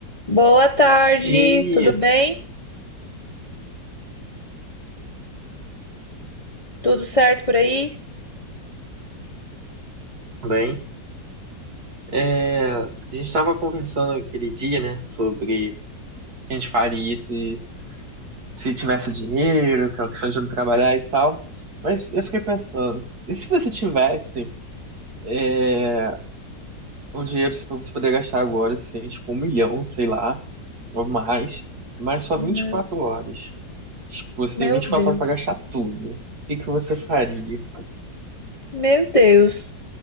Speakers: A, on the left (about 25°); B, on the right (about 55°).
A: Boa tarde,
B: E aí,
A: tudo bem? Tudo certo por aí?
B: também, é, a gente estava conversando aquele dia, né, sobre o que a gente faria se, se tivesse dinheiro, aquela questão de não trabalhar e tal. Mas eu fiquei pensando, e se você tivesse é, o dinheiro para você poder gastar agora, assim, tipo, um milhão, sei lá, ou mais, mas só
A: Meu,
B: vinte e quatro horas. Tipo, você
A: meu
B: tem 24
A: Deus,
B: horas para gastar tudo. O que que você faria?
A: meu Deus.